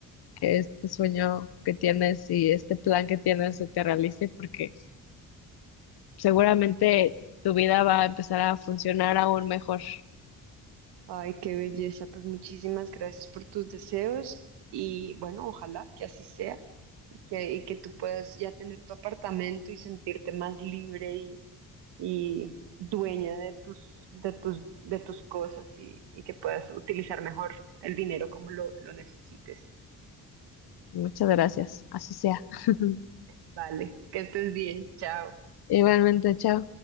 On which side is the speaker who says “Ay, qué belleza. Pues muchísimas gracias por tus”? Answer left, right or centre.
Right